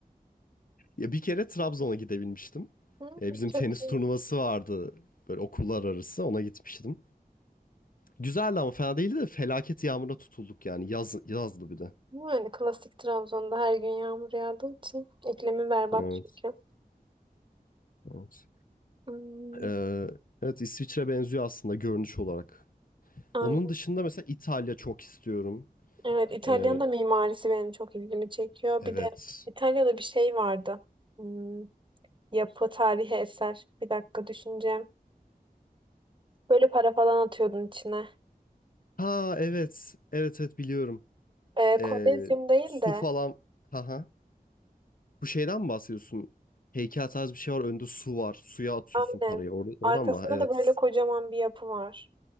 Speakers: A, on the left; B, on the right.
A: Ya bir kere Trabzon'a gidebilmiştim.
B: <laughs> Hı,
A: E, bizim
B: çok
A: tenis
B: iyi.
A: turnuvası vardı böyle okullar arası ona gitmiştim. Güzeldi ama fena değildi de felaket yağmura tutulduk yani yaz, yazdı bir de.
B: Yani klasik Trabzon'da her gün yağmur yağdığı için iklimi berbat
A: Evet.
B: çünkü.
A: Evet.
B: Hmm,
A: Ee, evet İsviçre benziyor aslında görünüş olarak.
B: aynen.
A: Onun dışında mesela İtalya çok istiyorum.
B: Evet, İtalya'nın
A: Ee,
B: da mimarisi benim çok ilgimi çekiyor.
A: evet.
B: Bir de İtalya'da bir şey vardı. Hmm, Yapı, tarihi eser. Bir dakika düşüneceğim. Böyle para falan atıyordun içine.
A: Ha evet. Evet evet biliyorum.
B: Ee,
A: Ee,
B: Kolezyum değil
A: su
B: de
A: falan. Haha. Bu şeyden mi bahsediyorsun? Heykel tarzı bir şey var. Önünde su var. Suya atıyorsun
B: aynen.
A: parayı. Or- oradan
B: Arkasında
A: mı? Evet.
B: da böyle kocaman bir yapı var.